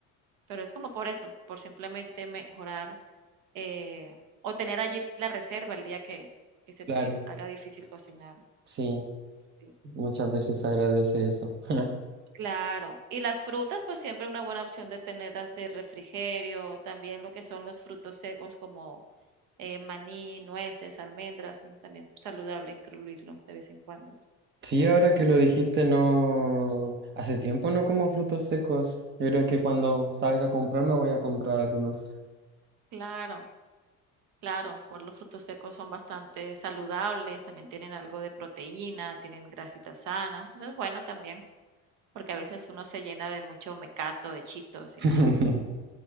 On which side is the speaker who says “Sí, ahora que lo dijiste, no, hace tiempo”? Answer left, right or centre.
Right